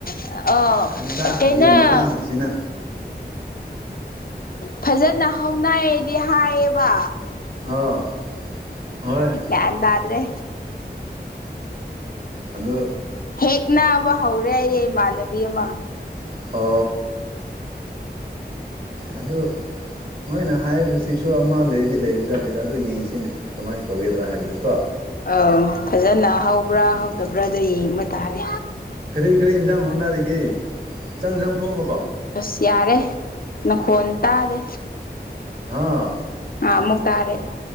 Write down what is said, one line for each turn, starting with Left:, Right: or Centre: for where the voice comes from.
Left: ꯑ
Right: ꯍꯟꯗꯛꯒꯤ
Left: ꯀꯩꯅꯣ
Right: ꯃꯇꯥꯡꯁꯤꯅ
Left: ꯐꯖꯅ ꯍꯧꯅꯏꯌꯦꯗꯤ ꯍꯥꯏꯌꯦꯕ
Right: ꯑꯣ ꯍꯣꯏ
Left: ꯌꯥꯗꯗ꯭ꯔꯦ
Right: ꯑꯗꯣ
Left: ꯍꯦꯛ ꯅꯥꯕ ꯍꯧꯔꯦ ꯑꯩꯌꯦ ꯏꯃꯥꯟꯅꯕꯤ ꯑꯃ
Right: ꯍ ꯑꯗꯣ ꯃꯣꯏꯅ ꯍꯥꯏꯕꯁꯤꯁꯨ ꯑꯃ ꯂꯩꯗꯤ ꯂꯩꯕꯖꯥꯠꯅꯤꯗ ꯑꯗꯨ ꯌꯦꯡꯁꯤꯅꯦ ꯀꯃꯥꯏꯅ ꯇꯧꯒꯗ꯭ꯔꯥ ꯍꯥꯏꯕꯗꯨ ꯀꯣ
Left: ꯑ ꯐꯖꯅ ꯍꯧꯕ꯭ꯔꯥ
Right: ꯎꯝ
Left: ꯍꯧꯗꯕ꯭ꯔꯥ ꯑꯗꯨꯣ ꯌꯦꯡꯕ ꯇꯥꯔꯦ
Right: ꯀꯔꯤ ꯀꯔꯤ ꯏꯟꯁꯥꯡ ꯍꯣꯠꯅꯔꯤꯒꯦ ꯏꯁꯪ ꯏꯟꯁꯪ ꯊꯣꯡꯉꯕ
Left: ꯑꯁ ꯌꯥꯔꯦ ꯅꯪꯈꯣꯟꯜ ꯇꯥꯔꯦ
Right: ꯍꯥ
Left: ꯑ ꯃꯨꯛꯇ ꯇꯥꯔꯦ